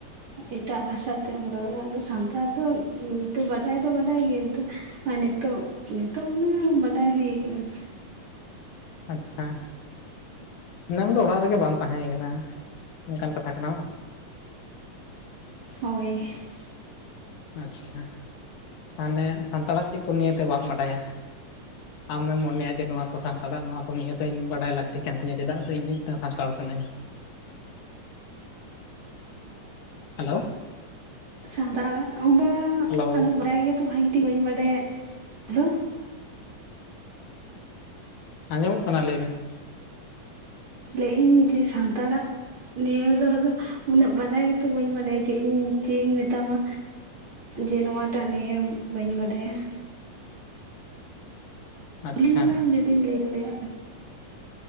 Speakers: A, on the right; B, on the left.
A: ᱮᱴᱟᱜ ᱵᱷᱟᱥᱟ ᱛᱮᱢ ᱨᱚᱲᱟ, ᱟᱫᱚ ᱥᱟᱱᱛᱟᱲ ᱫᱚ ᱛᱚ ᱵᱟᱰᱟᱭ ᱫᱚ ᱵᱟᱰᱟᱭ ᱜᱮᱭᱟ ᱛᱚ ᱦᱚᱭ ᱱᱤᱛᱚᱜ, ᱱᱤᱛᱚᱜ ᱢᱟᱱᱮ ᱵᱟᱰᱟᱭ ᱦᱩᱭ ᱠᱟᱱᱟ ᱾
B: ᱟᱪᱪᱷᱟ ᱢᱟᱱᱮ ᱟᱢ ᱫᱚ ᱚᱲᱟᱜ ᱨᱮᱜᱮ ᱵᱟᱝ ᱛᱟᱦᱮᱸ ᱠᱟᱱᱟ, ᱚᱱᱠᱟᱱ ᱠᱟᱛᱷᱟ ᱠᱟᱱᱟ ᱵᱟ
A: ᱦᱳᱭ ᱾
B: ᱟᱪᱪᱷᱟ, ᱛᱟᱦᱚᱞᱮ ᱥᱟᱱᱛᱟᱲᱟᱜ ᱪᱮᱫ ᱠᱚ ᱱᱤᱭᱮᱛᱮ ᱵᱟᱢ ᱵᱟᱰᱟᱭᱟ? ᱟᱢᱮᱢ ᱢᱚᱱᱮᱭᱟ ᱡᱮ ᱱᱚᱣᱟ ᱠᱚ ᱥᱟᱱᱛᱟᱲᱟᱜ ᱱᱚᱣᱟ ᱠᱚ ᱱᱤᱭᱮᱛᱮ ᱤᱧ ᱵᱟᱰᱟᱭ ᱞᱟᱹᱠᱛᱤ ᱠᱟᱱ ᱛᱤᱧᱟ, ᱪᱮᱫᱟᱜ ᱥᱮ ᱤᱧ ᱢᱤᱫᱴᱟᱝ ᱥᱟᱱᱛᱟᱲ ᱠᱟᱹᱱᱟᱹᱧ ᱾ ᱦᱮᱞᱳ ᱾
A: ᱥᱟᱱᱛᱟᱲᱟᱜ <inaudible>
B: ᱦᱮᱞᱳ
A: ᱟᱫᱚ ᱵᱟᱰᱟᱭ ᱜᱮᱛᱚ ᱵᱷᱟᱜᱤ ᱴᱷᱤᱠ ᱵᱟᱹᱧ ᱵᱟᱰᱟᱭᱟ ᱦᱚ᱾
B: ᱟᱸᱡᱚᱢᱚᱜ ᱠᱟᱱᱟ ᱞᱟᱹᱭᱢᱮ ᱾
A: ᱞᱮᱭ ᱤᱧ ᱡᱮ ᱥᱟᱱᱛᱟᱲᱟᱜ ᱱᱤᱭᱮ ᱫᱚ ᱟᱫᱚ ᱩᱱᱟᱹᱜ ᱵᱟᱰᱟᱭ ᱜᱮᱛᱚ ᱵᱟᱹᱧ ᱰᱟᱰᱭᱟ, ᱪᱮᱫ ᱤᱧ ᱪᱮᱫ ᱤᱧ ᱢᱮᱛᱟᱢᱟ? ᱡᱮ ᱱᱚᱣᱟᱴᱟᱜ ᱱᱤᱭᱮ ᱵᱟᱹᱧ ᱵᱟᱰᱟᱭᱟ ᱾
B: ᱟᱪᱪᱷᱟ
A: ᱠᱩᱞᱤᱧ ᱢᱮ ᱡᱩᱫᱤᱧ ᱞᱟᱹᱭ ᱫᱟᱲᱮᱭᱟᱜ ᱠᱷᱟᱱ